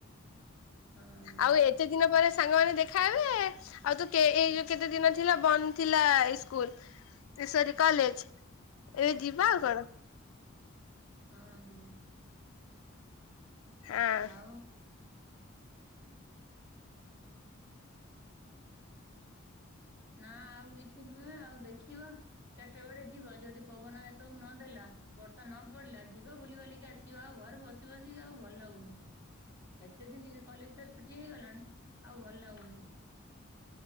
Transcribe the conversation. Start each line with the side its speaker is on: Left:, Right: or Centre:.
Right: ହଁ।
Left: ଆଉ ଏତେ ଦିନ ପରେ ସାଙ୍ଗମାନେ ଦେଖା ହେବେ। ଆଉ ତ କେ ଏଇ ଯୋଉ କେତେ ଦିନ ଥିଲା ବନ୍ଦ ଥିଲା ଏଇ ସ୍କୁଲ। ତିଶୋରି କଲେଜ
Right: ହଁ
Left: ଏବେ ଯିବା ଆଉ କଣ।
Right: ହଁ ହଁ।
Left: ହଁ।
Right: ଆଉ ନା ଆଉ କିଛି ନୁହେଁ ଆଉ ଦେଖିବା। ଚାରିଟା ବେଳେ ଯିବ ଯଦି ପବନ ଏସବୁ ନଦେଲା ବର୍ଷା ନ ପଡିଲା ଯିବ ବୁଲି ବାଲିକି ଆସି ଯିବା ଘରେ ବସି ବସିକି ଆଉ ଭଲ ଲାଗୁନି। ଏତେ ଦିନି କଲେଜଟା ଛୁଟି ହେଇଗଲାଣି ଆଉ ଭଲ ଲାଗୁନି।